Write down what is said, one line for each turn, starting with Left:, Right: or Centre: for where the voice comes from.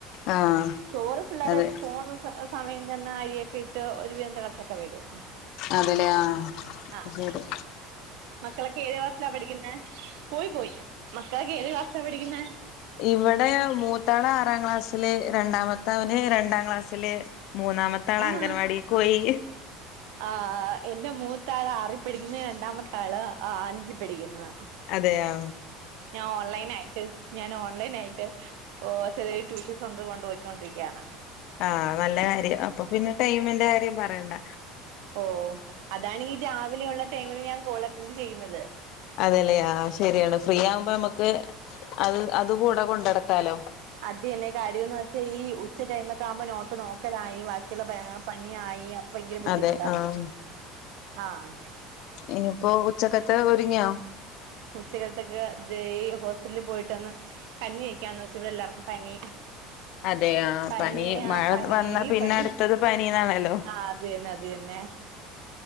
Left: ആഹ്
Right: ചോറ് പിള്ളേരെ
Left: അതെ
Right: പോണ സ സമയം തന്നെ അരിയൊക്കെ ഇട്ട് ഒരു വീം തെളച്ചൊക്കെ വരും.
Left: അതെല്ലേ ആഹ്
Right: ആഹ്
Left: ശെരി.
Right: മക്കളൊക്കെ ഏത് ക്ലാസ്സിലാ പഠിക്കുന്നേ? കോയി പോയി മക്കളൊക്കെ ഏത് ക്ലാസ്സിലാ പഠിക്കുന്നേ.
Left: ഇവടെ മൂത്താളാറാം ക്ലാസ്സില് രണ്ടാമത് ത്തവന് രണ്ടാം ക്ലാസ്സില്, മൂന്നാമത്താള
Right: ആഹ്
Left: അംഗൻവാടീക്കോയി.
Right: ആഹ് എന്റെ മൂത്താള് ആറിപടിക്കുന്ന് രണ്ടാമത്താള് ആഹ് അഞ്ചി പഠിക്കുന്ന്.
Left: അതെയാ.
Right: ഞാൻ ഓൺലൈൻ ആയിട്ട് ഞാൻ ഓൺലൈൻ ആയിട്ട് ഓഹ് ചെറിയ ട്യൂഷൻസെ സൊന്ത് കൊണ്ടുപോയിക്കൊണ്ടിരിക്ക്യാണ്.
Left: ആഹ് നല്ല കാര്യാ അപ്പൊ പിന്നെ ടൈമിന്റെ കാര്യം പറയണ്ട.
Right: ഓഹ് അതാണീ രാവിലെയുള്ള ടൈമിന് ഞാൻ കോൾ അറ്റന്റ് ചെയ്യുന്നത്.
Left: അതേല്ലെ ആഹ് ശെരിയാണ് ഫ്രീ ആവുമ്പോ അമ്മക്ക് അത് അത് കൂടെ കൊണ്ടടക്കാലോ.
Right: അദ്യന്നാ കാര്യോന്ന് വെച്ചാ ഈ ഉച്ച ടൈമൊക്കെ ആവുമ്പോ നോട്ട് നോക്കലായി ബാക്കിയുള്ള പണിയായി. ഭയങ്കര ബുദ്ധിമുട്ടാണ്
Left: അതെ ആഹ്
Right: ആഹ്.
Left: ഇനിപ്പോ ഉച്ചക്കത്തെ ഒരുങ്ങിയോ.
Right: ഉച്ചക്കാലത്തൊക്കെ തെ ഈ ഹോസ്പിറ്റൽ പോയിട്ടന്ന് കഞ്ഞി വെക്കാൻ നോ ഇവിടെ എല്ലാവർക്കും പനി.
Left: അതെയാ
Right: പനിയേ
Left: പനി
Right: ആ
Left: മഴവന്നാ
Right: പനിയേ
Left: പിന്നെ
Right: പനി
Left: അടുത്തത് പനീ ന്നാണല്ലോ.
Right: ആഹ് അത് തന്നെ അത് തന്നെ